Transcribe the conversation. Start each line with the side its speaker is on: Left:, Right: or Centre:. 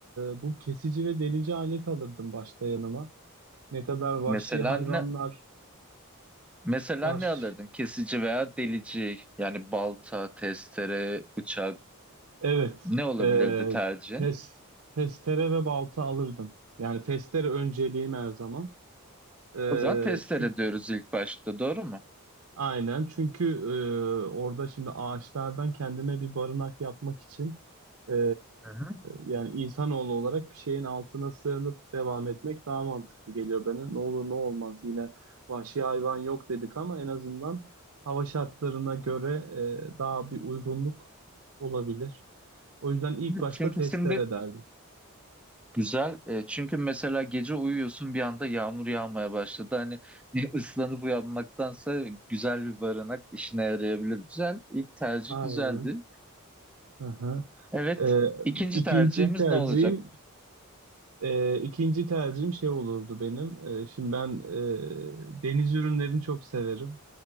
Right: e, bu kesici ve delici alet alırdım başta yanıma. Ne kadar vahşi
Centre: Mesela
Right: hayvanlar
Centre: ne mesela
Right: var.
Centre: ne alırdın? Kesici veya delici. Yani balta, testere, bıçak
Right: Evet.
Centre: ne olabilirdi
Right: E,
Centre: tercihin?
Right: tes, testere ve balta alırdım. Yani testere önceliğim her zaman. E,
Centre: O zaman testere
Right: çünkü
Centre: diyoruz ilk başta, doğru mu?
Right: Aynen çünkü e, orada şimdi ağaçlardan kendine bir barınak yapmak için e,
Centre: Hı hı.
Right: yani insanoğlu olarak bir şeyin altına sığınıp devam etmek daha mantıklı geliyor bana. Ne olur ne olmaz yine vahşi hayvan yok dedik ama en azından hava şartlarına göre e, daha bir uygunluk olabilir. O yüzden ilk
Centre: Evet,
Right: başta
Centre: Çünkü
Right: testere
Centre: şimdi
Right: derdim.
Centre: güzel. e, çünkü mesela gece uyuyorsun bir anda yağmur yağmaya başladı. Hani <laughs> ıslanıp uyanmaktansa güzel bir barınak işine yarayabilir. Güzel. İlk tercih
Right: Aynen.
Centre: güzeldi.
Right: Aha.
Centre: Evet.
Right: E,
Centre: İkinci
Right: ikinci
Centre: tercihimiz
Right: tercihim
Centre: ne olacak?
Right: E, ikinci tercihim şey olurdu benim. E, şimdi ben e, deniz ürünlerini çok severim.